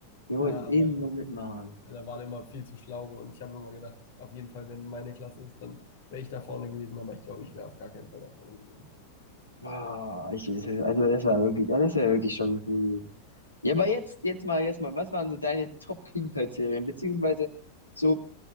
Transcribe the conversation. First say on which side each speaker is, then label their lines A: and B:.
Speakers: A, on the left (about 85°); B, on the left (about 55°).
A: Wir wollten
B: Ja, aber
A: immer
B: ich,
A: mitmachen.
B: da waren immer viel zu schlaue und ich habe immer gedacht, auf jeden Fall, wenn meine Klasse ist, dann wäre ich da vorne gewesen, aber ich glaube, ich wäre auf gar keinen Fall da vorne gewesen.
A: Wow, ich, also das war wirklich, ah, das war wirklich schon cool. Ja, aber jetzt, jetzt mal, jetzt mal, was waren so deine Top-Kindheitsserien? Beziehungsweise so,